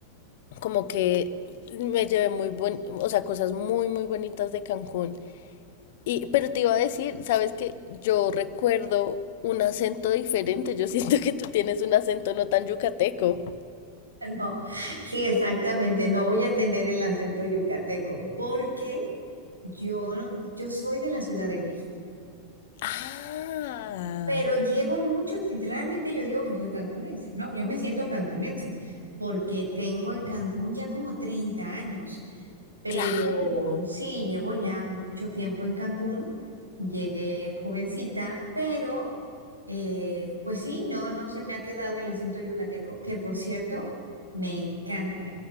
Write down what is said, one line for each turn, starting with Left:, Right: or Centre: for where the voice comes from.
Left: como que me llevé muy bon, o sea, cosas muy, muy bonitas de Cancún. Y, pero te iba a decir, sabes que yo recuerdo un acento diferente. Yo <laughs> siento que tú tienes un acento no tan yucateco.
Right: <laughs> No, sí, exactamente. No voy a tener el acento yucateco porque yo, yo soy de la Ciudad de México,
Left: Ah,
Right: pero llevo mucho, realmente yo digo que soy cancunense, ¿no? Yo me siento cancunense porque tengo en Cancún ya como 30 años, pero
Left: claro.
Right: sí, llevo ya mucho tiempo en Cancún. Llegué jovencita, pero Eh, pues sí, no, no se me ha quedado el acento yucateco, que por cierto, me encanta.